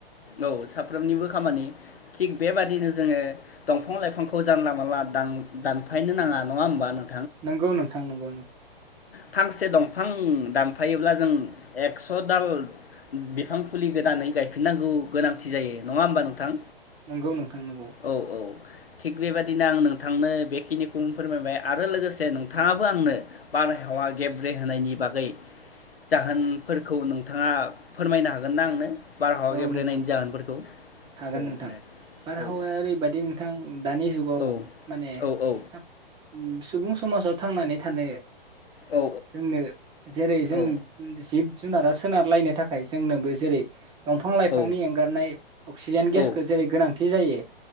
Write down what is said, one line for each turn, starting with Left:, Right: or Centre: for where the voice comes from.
Left: औ साफ्रोमनिबो खामानि थिग बेबादिनो जोङो दंफां लाइफांखौ जानला मोनानला दान-दानफायनो नाङा। नङा होनबा नों
Right: नंगौ नोंथां नंगौ नोंगौ।
Left: फांसे दंफां दानफायोब्ला जों एक्स स' दाल बिफां फुलि गोदानै गायफिननांगौ गोनांथि जायो नङा होमबा नोंथां?
Right: नंगौ नोंथां नंगौ
Left: औ औ थिग बेबादिनो आं नोंथांनो बेखिनिखौ फोरमायबाय आरो लोगोसे नोंथाङाबो आंनो बारहावा गेब्रे होनायनि बागै जाहोनफोरखौ नोंथाङा फोरमायनो हागोन ना आंनो? बारहावा
Right: औ
Left: गेब्रेनायनि
Right: नोंथां
Left: जाहोनफोरखौ
Right: हागोन
Left: औ
Right: नोंथां
Left: दे
Right: बारहावाया
Left: औ
Right: ओरैबायदि नोंथां दानि जुगाव
Left: औ
Right: माने
Left: औ
Right: साब ओम सुबुं समाजाव थांनानै थानो
Left: औ
Right: जोंनो जेरै जों
Left: औ
Right: जिब जुनारा सोनारलायनो थाखाय जोंनोबो जेरै दंफां लाइफांनि
Left: औ
Right: एंगारनाय अक्सिजेन गेसखौ
Left: औ
Right: जेरै गोनांथि जायो